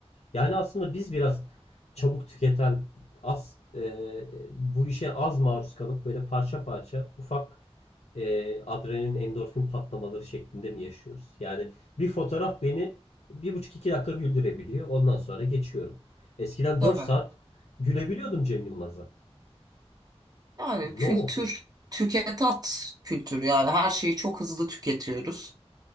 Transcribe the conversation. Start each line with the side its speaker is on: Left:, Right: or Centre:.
Left: Yani aslında biz biraz çabuk tüketen, az e, bu işe az maruz kalıp böyle parça parça ufak e, adrenalin, endorfin patlamaları şeklinde mi yaşıyoruz? Yani bir fotoğraf beni bir buçuk iki dakika güldürebiliyor. Ondan sonra geçiyorum. Eskiden
Right: Tabii.
Left: dört saat gülebiliyordum Cem Yılmaz'a.
Right: Yani
Left: Ne
Right: kültür,
Left: oldu?
Right: tüket at kültürü yani her şeyi çok hızlı tüketiyoruz.